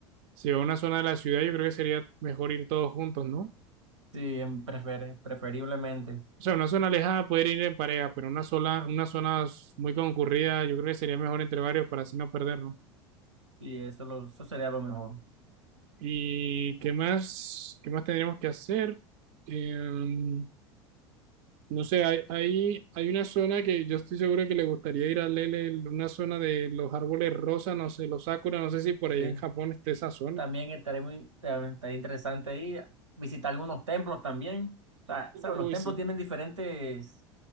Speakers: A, on the right; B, on the right.
A: si es una zona de la ciudad, yo creo que sería mejor ir todos juntos, ¿no?
B: Sí, em, prefere, preferiblemente.
A: O sea, una zona alejada poder ir en pareja, pero una sola, una zona muy concurrida, yo creo que sería mejor entre varios para así no perdernos.
B: Y eso, lo, eso sería lo mejor.
A: ¿Y qué más, qué más tendríamos que hacer? Eh, No sé, hay, hay, hay una zona que yo estoy seguro que le gustaría ir a Lele, el- una zona de los árboles rosas, no sé, los sakura, no sé si por
B: Sí.
A: allá en Japón esté esa zona.
B: También estaría muy ta- estaría interesante ahí visitar algunos templos también. O sea, ¿sabes?
A: Uy,
B: Los templos
A: sí.
B: tienen diferentes